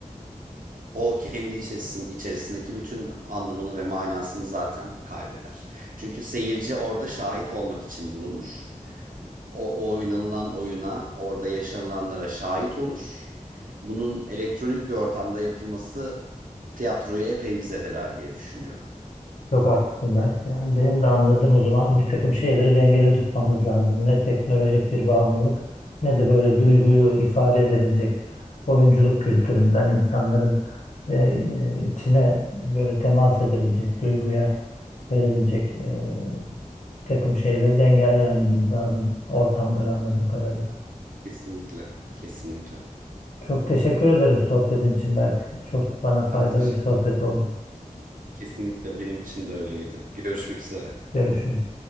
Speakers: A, on the right; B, on the left.
A: o kendi içerisin, içerisindeki bütün anlamını ve manasını zaten kaybeder. Çünkü seyirci orada şahit olmak için bulunur. O, o oynanılan oyuna, orada yaşanılanlara şahit olur. Bunun elektronik bir ortamda yapılması tiyatroyu epey bir zedeler diye düşünüyorum.
B: Çok haklısın ben. Yani benim de anladığım o zaman bir takım şeyleri dengede tutmamız lazım. Ne teknolojik bir bağımlılık ne de böyle duyguyu ifade edebilecek oyunculuk kültüründen insanların e, e, içine böyle temas edebilecek, duyguya verebilecek e, bir takım şeyleri de engellememiz lazım ortamları anladığım kadarıyla.
A: Kesinlikle, kesinlikle.
B: Çok teşekkür ederim sohbetin için Berk. Çok bana faydalı
A: Ben teşekkür
B: bir sohbet oldu.
A: Kesinlikle benim için de öyleydi. Görüşmek üzere.
B: Görüşürüz.